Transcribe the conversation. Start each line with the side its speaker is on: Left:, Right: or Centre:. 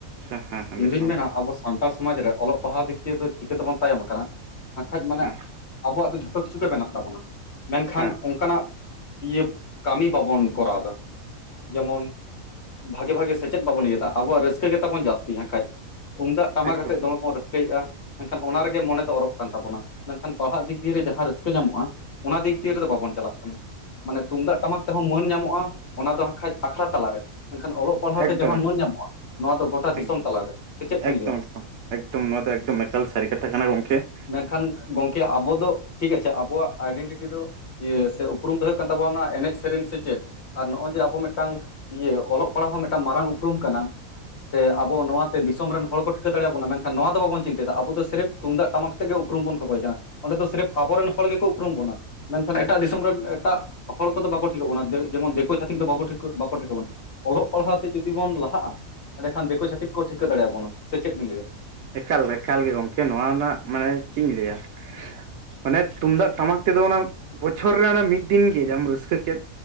Right: ᱟᱪ ᱦᱮᱸ ᱦᱮᱸ
Left: ᱤᱧ ᱫᱩᱧ ᱢᱮᱱᱟ
Right: <unintelligible>
Left: ᱟᱵᱚ ᱥᱟᱱᱛᱟᱲ ᱥᱚᱢᱟᱡᱽ ᱨᱮ ᱚᱞᱚᱜ ᱯᱟᱲᱦᱟᱣ ᱫᱤᱠ ᱫᱤᱭᱮ ᱫᱚ ᱪᱤᱠᱟᱹ ᱛᱮᱵᱚᱱ ᱛᱟᱭᱚᱢ ᱠᱟᱱᱟ ᱵᱟᱠᱷᱟᱡ ᱢᱟᱱᱮ᱾
Right: ᱦᱮᱸ
Left: ᱟᱵᱚᱣᱟᱜ ᱫᱚ ᱡᱷᱚᱛᱚ ᱠᱤᱪᱷᱩ ᱜᱮ ᱢᱮᱱᱟᱜ ᱛᱟᱵᱚᱱᱟ ᱢᱮᱱᱠᱷᱟᱱ᱾
Right: ᱦᱮᱸ
Left: ᱚᱱᱠᱟᱱᱟᱜ ᱤᱭᱟᱹ ᱠᱟᱹᱢᱤ ᱵᱟᱵᱚᱱ ᱠᱚᱨᱟᱣ ᱫᱟ ᱡᱮᱢᱚᱱ᱾ ᱵᱷᱟᱜᱮ ᱵᱷᱟᱜᱮ ᱥᱮᱪᱮᱫ ᱵᱟᱵᱚᱱ ᱤᱭᱟᱹᱮᱫᱟ ᱟᱵᱚᱣᱟᱜ ᱨᱟᱹᱥᱠᱟᱹ ᱜᱮᱛᱟᱵᱚᱱ ᱡᱟᱥᱛᱤ ᱠᱷᱟᱡ᱾ ᱛᱩᱢᱫᱟᱜ ᱴᱟᱢᱟᱠᱛᱮᱫ
Right: ᱮᱠᱫᱚᱢ
Left: ᱫᱚᱢᱮ ᱵᱚᱱ ᱨᱟᱹᱥᱠᱟᱹᱭᱮᱫᱼᱟ᱾ ᱢᱮᱱᱠᱷᱟᱱ ᱚᱱᱟ ᱨᱮᱜᱮ ᱢᱚᱱᱮ ᱫᱚ ᱚᱨᱚᱜ ᱠᱟᱱ ᱛᱟᱵᱚᱱᱟ ᱢᱮᱱᱠᱷᱟᱱ ᱯᱟᱲᱦᱟᱜ ᱫᱤᱠ ᱫᱤᱭᱮ ᱡᱟᱦᱟᱸ ᱨᱟᱹᱥᱠᱟᱹ ᱧᱟᱢᱚᱜᱼᱟ ᱚᱱᱟ ᱫᱤᱠ ᱫᱤᱭᱮᱫᱚ ᱵᱟᱵᱚᱱ᱾ ᱪᱟᱞᱟᱜ ᱢᱟᱱᱮ ᱛᱩᱢᱫᱟᱜ ᱴᱟᱢᱟᱠ ᱛᱮᱦᱚᱸ ᱢᱟᱹᱱ ᱧᱟᱢᱚᱜᱼᱟ ᱚᱱᱟ ᱫᱚ ᱦᱟᱠᱷᱟᱡ ᱟᱠᱷᱲᱟ ᱛᱟᱞᱟᱨᱮ ᱢᱮᱱᱠᱷᱟᱱ ᱚᱞᱚᱜ᱾ ᱚᱞᱚᱜ ᱯᱟᱲᱦᱟᱣ
Right: ᱮᱠᱫᱚᱢ
Left: ᱛᱮ ᱡᱟᱦᱟᱸ
Right: ᱮᱠᱫᱚᱢ
Left: ᱢᱟᱹᱱ ᱧᱟᱢᱚᱜᱼᱟ, ᱱᱚᱣᱟ ᱫᱚ ᱜᱳᱴᱟ ᱫᱤᱥᱚᱢ
Right: ᱮᱠᱫᱚᱢ
Left: ᱛᱟᱞᱟᱨᱮ ᱥᱮ ᱪᱮᱫ ᱵᱤᱱ
Right: ᱮᱠᱫᱚᱢ
Left: ᱞᱟᱹᱭᱼᱟ᱾
Right: ᱮᱠᱫᱚᱢ ᱮᱠᱫᱚᱢ ᱱᱚᱣᱟ ᱫᱚ ᱮᱠᱫᱚᱢ ᱮᱠᱟᱞ ᱥᱟᱹᱨᱤ ᱠᱟᱛᱷᱟ ᱠᱟᱱᱟ ᱜᱚᱢᱠᱮ <inaudible>
Left: ᱢᱮᱱᱠᱷᱟᱱ ᱜᱚᱝᱠᱮ ᱟᱵᱚ ᱫᱚ ᱴᱷᱤᱠ ᱟᱪᱷᱮ ᱟᱵᱚᱣᱟᱜ ᱟᱭᱰᱮᱱᱴᱤᱴᱤ ᱫᱚ ᱤᱭᱟᱹ ᱥᱮ ᱩᱯᱨᱩᱢ ᱫᱚ ᱦᱩᱭᱩᱜ ᱠᱟᱱ ᱛᱟᱵᱚᱱᱟ ᱚᱱᱟ ᱮᱱᱮᱡ ᱥᱮᱨᱮᱧ ᱥᱮ ᱪᱮᱫ? ᱟᱨ ᱱᱚᱜᱼᱚᱭ ᱡᱮ ᱟᱵᱚ ᱢᱤᱫᱴᱟᱝ ᱤᱭᱟᱹ ᱚᱞᱚᱜ ᱯᱟᱲᱦᱟᱣ ᱦᱚᱸ ᱢᱤᱫᱴᱟᱝ ᱢᱟᱨᱟᱝ ᱩᱯᱨᱩᱢ ᱠᱟᱱᱟ ᱥᱮ ᱟᱵᱚ ᱱᱚᱣᱟ ᱫᱤᱥᱚᱢ ᱨᱮᱱ ᱦᱚᱲ ᱠᱚ ᱴᱷᱤᱠᱟᱹ ᱫᱟᱲᱭᱟᱵᱚᱱᱟ ᱢᱮᱱᱠᱷᱟᱱ ᱱᱚᱣᱟ ᱫᱚ ᱵᱟᱵᱚᱱ ᱪᱤᱱᱛᱟᱹᱭ ᱫᱟ ᱟᱵᱚ ᱫᱚ ᱥᱮᱨᱯᱷ ᱛᱩᱢᱫᱟᱜ, ᱴᱟᱢᱟᱠ ᱟᱛᱮ ᱜᱮ ᱩᱯᱨᱩᱢ ᱵᱚᱱ ᱠᱷᱚᱠᱚᱭ ᱠᱟᱱᱟ᱾ ᱚᱸᱰᱮ ᱫᱚ ᱥᱮᱨᱯ ᱟᱵᱚᱨᱮᱱ ᱦᱚᱲ ᱜᱮᱠᱚ ᱩᱯᱨᱩᱢ ᱵᱚᱱᱟ᱾ ᱢᱟᱱᱮ ᱮᱴᱟᱜ ᱫᱤᱥᱚᱢ ᱨᱮᱱ ᱮᱴᱟᱜ ᱦᱚᱲ ᱠᱚᱫᱚ ᱵᱟᱠᱚ ᱴᱷᱤᱠᱟᱹᱜ ᱵᱚᱱᱟ ᱫᱮᱵᱮᱜ ᱡᱮᱢᱚᱱ ᱫᱤᱠᱳ ᱪᱷᱟᱹᱛᱤᱠ ᱫᱚ ᱵᱟᱵᱚ ᱴᱷᱤᱠᱟᱹ ᱵᱟᱠᱚ ᱴᱷᱤᱠᱟᱹ ᱵᱚᱱᱟ᱾ ᱚᱞᱚᱜ ᱯᱟᱲᱦᱟᱣ ᱛᱮ ᱡᱩᱫᱤ ᱵᱚᱱ ᱞᱟᱦᱟᱜᱼᱟ ᱮᱱᱰᱮᱠᱷᱟᱱ ᱫᱤᱠᱩ ᱪᱷᱟᱹᱛᱤᱠ ᱠᱚ ᱴᱷᱤᱠᱟᱹ ᱫᱟᱲᱮᱭᱟᱵᱚᱱᱟ ᱥᱮ ᱪᱮᱫ ᱵᱤᱱ ᱞᱟᱹᱭᱟ?
Right: ᱮᱠᱟᱞ ᱮᱠᱟᱞ ᱜᱮ ᱜᱚᱝᱠᱮ ᱱᱚᱣᱟ ᱨᱮᱱᱟᱜ ᱢᱟᱱᱮ ᱪᱮᱫ ᱤᱧ ᱞᱟᱹᱭᱟ? ᱢᱟᱱᱮ ᱛᱩᱢᱫᱟᱜ, ᱴᱟᱢᱟᱠ ᱛᱮᱫᱚ ᱚᱱᱟ ᱵᱚᱪᱷᱚᱨ ᱨᱮ ᱚᱱᱟ ᱢᱤᱫ ᱫᱤᱱ ᱜᱮ ᱡᱟᱢ ᱨᱟᱹᱥᱠᱟᱹ ᱠᱮᱫ᱾